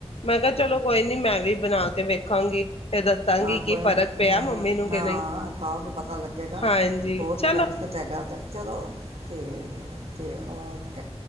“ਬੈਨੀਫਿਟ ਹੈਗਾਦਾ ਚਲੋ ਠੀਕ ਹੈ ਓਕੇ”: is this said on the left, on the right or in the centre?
Right